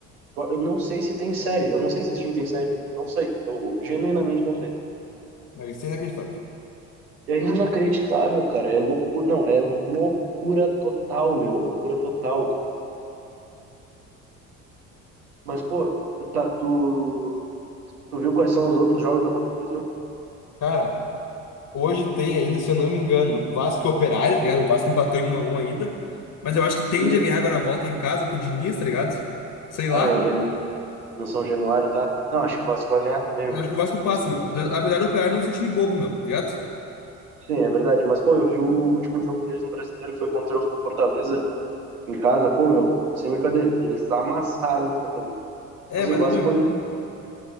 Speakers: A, on the right; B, on the left.
A: Eu eu não sei se tem série, eu não sei se esse time tem série, eu não sei, eu genuinamente não sei.
B: Aí Isso é inacreditável.
A: É inacreditável, cara, é loucura, não, é loucura total, meu, loucura total. Mas, pô, tu, tá, tu, tu viu quais são os outros jogos da Copa do Brasil?
B: Cara, hoje tem ainda, se eu não me engano, Vasco e Operário, tá ligado? O Vasco empatou em 1x1 ainda. Mas eu acho que tende
A: E,
B: a ganhar agora a volta em casa com o Diniz, tá ligado? Sei lá.
A: ah, é, é no no São Januário, tá? Não, acho que o Vasco vai ganhar também,
B: Eu
A: meu.
B: acho que o Vasco passa,
A: Eles-
B: meu. Apesar, apesar do Operário não ser um time bobo, meu, tá ligado?
A: sim, é verdade, mas, pô, eu vi o último jogo deles no Brasileiro, que foi contra o Fortaleza em casa, pô, meu, sem brincadeira, eles amassaram o Fortaleza. Tipo
B: É,
A: Assim,
B: mas,
A: o Vasco
B: meu,
A: foi muito,